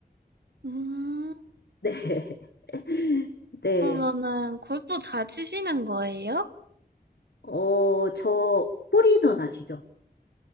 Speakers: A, on the right; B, on the left.
A: 음,
B: 네. <laughs> 네.
A: 그러면은 골프 잘 치시는 거예요?
B: 어, 저 홀이던 아시죠?